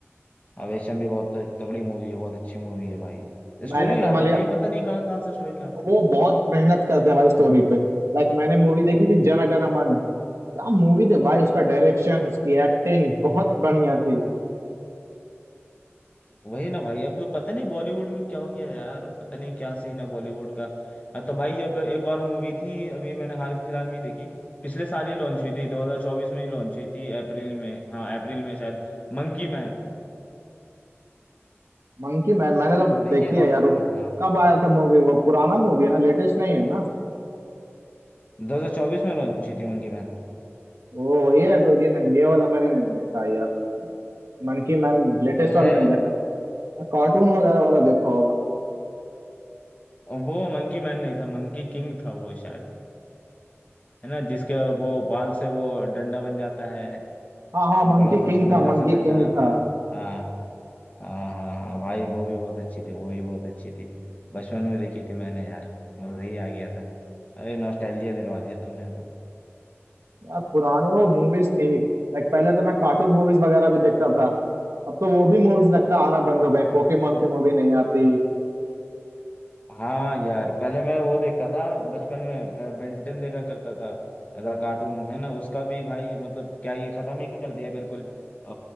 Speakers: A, on the left; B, on the right.
A: आवेशम भी बहुत तगड़ी मूवी है बहुत अच्छी मूवी है भाई
B: मैंने
A: स्टोरी
B: तो
A: लाते
B: मान लिया
A: हैं भाई पता नहीं कहाँ कहाँ से स्टोरी लाते
B: वो
A: हैं
B: बहुत मेहनत करते हैं भाई स्टोरी पे लाइक मैंने मूवी देखी थी जन गण मन क्या मूवी थी भाई उसका डायरेक्शन उसकी एक्टिंग बहुत बढ़िया थी
A: वही ना भाई अब तो पता नहीं बॉलीवुड को क्या हो गया यार पता नहीं क्या सीन है बॉलीवुड का अब तो भाई अब एक और मूवी थी अभी मैंने हाल फिलहाल में ही देखी पिछले साल ही लॉन्च हुई थी 2024 में ही लॉन्च हुई थी अप्रैल में हाँ अप्रैल में शायद मंकी मैन
B: Monkey man मैंने तो
A: देखिए
B: देखी है
A: नाम
B: यार
A: सुन
B: वो
A: हाँ
B: वो कब आया था मूवी वो पुराना मूवी है ना लेटेस्ट नहीं है ना
A: 2024 में लॉन्च हुई थी मंकी मैन
B: ओ ये है तो ये नहीं ये वाला मैंने नहीं देखा यार मंकी मैन लेटेस्ट
A: है
B: वाला नहीं देखा मैं कार्टून वगैरह वाला देखा होगा
A: वो मंकी मैन नहीं था मंकी किंग था वो शायद है ना जिसके वो बाल से वो डंडा बन जाता है
B: हाँ हाँ मंकी
A: बड़ा
B: किंग
A: सा सुनहरा
B: था मंकी
A: सा डंडा
B: किंग था
A: हाँ हाँ हाँ हाँ हाँ भाई वो भी बहुत अच्छी थी वो भी बहुत अच्छी थी बचपन में देखी थी मैंने यार मजा ही आ गया था अरे नॉस्टैल्जिया दिलवा दिया तुमने तो
B: यार पुराने वो मूवीज थी लाइक पहले तो मैं कार्टून मूवीज वगैरह भी देखता था अब तो वो भी मूवीज लगता आना बंद हो गए पोकेमोन की मूवी नहीं आती
A: हाँ यार पहले मैं वो देखता था बचपन में बेंटन देखा करता था अदा कार्टून है ना उसका भी भाई मतलब क्या ये खत्म ही कर दिया बिल्कुल अ,